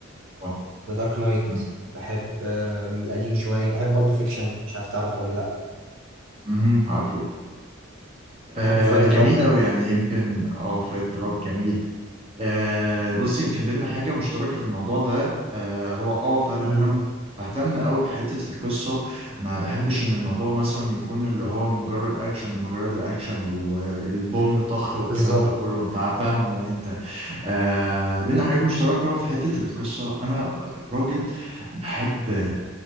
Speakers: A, on the right; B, on the right.
A: اه
B: ذا دارك نايت
A: مم.
B: بحب آه، من القديم شويه بحب بالب فيكشن مش عارف تعرف ولا لا
A: مهم، عارفه آه
B: بحب فايت
A: جميل
B: كلاب
A: أوي يعني يمكن اه فايت كلاب جميل آه بص يمكن بينا حاجة مشتركة في الموضوع ده آه هو اه فعلا
B: امم
A: انا مه- بهتم قوي بحتة القصة ما بحبش ان الموضوع مثلا يكون اللي هو مجرد اكشن لمجرد الاكشن والبوم طخ والكلام
B: بالظبط
A: ده كله انت فاهم وانت آه بينا حاجات مشتركة في حتة القصة انا راجل بحب